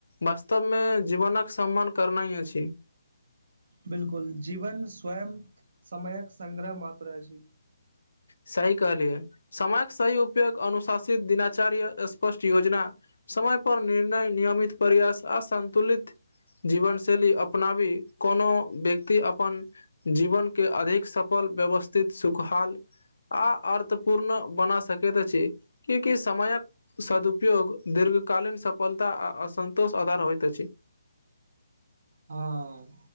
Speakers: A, on the left; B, on the right.
A: वास्तवमे जीवनक सम्मान करनाइ अछि।
B: बिलकुल जीवन स्वयं समयक संग्रह मात अछि
A: सही कहलियै समयक सही उपयोग अनुशासित दिनाचार्य स्पष्ट योजना। समय पर निर्णय नियमित प्रयास आ सन्तुलित। जीवन शैली अपनाबी कोनो व्यक्ति अपन। जीवनक केँ अधिक सफल व्यवस्थित सुखहाल। आ अर्थ पूर्ण बना सकैत अछि की की समायक। सदुपयोग दीर्घकालीन सफलता आ असन्तोष आधार होइत अछि।
B: हँ